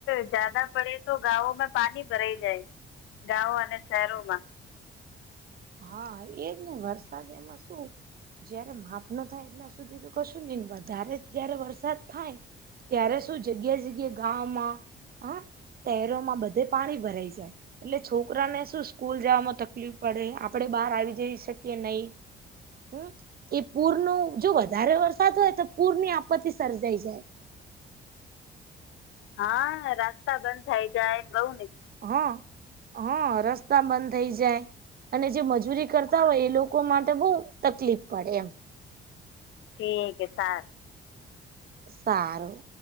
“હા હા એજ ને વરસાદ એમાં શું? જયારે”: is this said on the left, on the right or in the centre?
Right